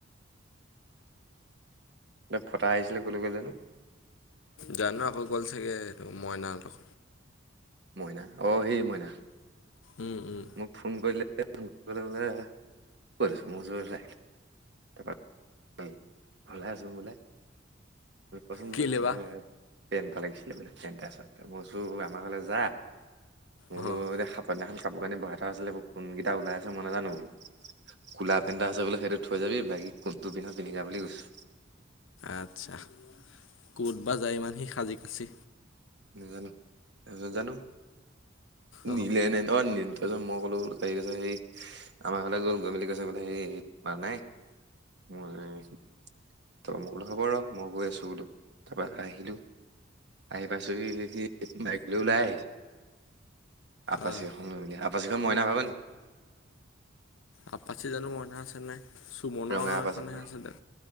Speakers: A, on the right; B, on the left.
A: এ ফটা আহিছিলে ক'লৈ গ' জানো।
B: জানো আকৌ গ'ল চাগে মইনা তত।
A: মইনা অ সেই মইনা।
B: উম উম,
A: মোক ফোন কৰিলে ফ বলে কৰিছো মোৰ চ ল তাৰপ ভালে আছো বোলে। পচন্দন্দছে।
B: কেলে বা
A: পেণ্ট লাগিছিলে বোলে পেণ্ট এটা আচতে মোৰ জো আমাৰ হলে যা। বোলো
B: অঁ
A: এ দে পতনাখখন কাপোৰ কানি বহ এ থ আছিলে কোনকেইটা ওলাই আছে মই নাজানো বোল। কুলা পেন্টা আছে সেইটো থৈ যাবি বাকী কোনটো পিন্ধ পিন্ধি য বুলি কৈছো।
B: আচ্ছা ক'ত বা যায় ইমান সি সাজি ক আচি
A: নেজানো নেজানো
B: অহ
A: নিলে নে অ নিল। তাৰপিছত মই ক'লোঁ তাই কৈছে সৰি আমাৰ ফালে গ'ল গৈ মেলি কৈছে বোলে সেই পা নাই। মই ত মই কলো হ'ব ৰ মই গৈ আছো বোলো তাৰপৰা আহিলো আহি। পাইছোসি সি বাইক লৈ ওলাই আহিছ আপাচি
B: আহ
A: এখন লৈ মেলি। আপাচিখন মইনা ভাগনি।
B: আপাচি জানো মইনাই চলায়। চুমনৰ
A: ৰঙা আপাচিখন
B: এখনহে আছে দে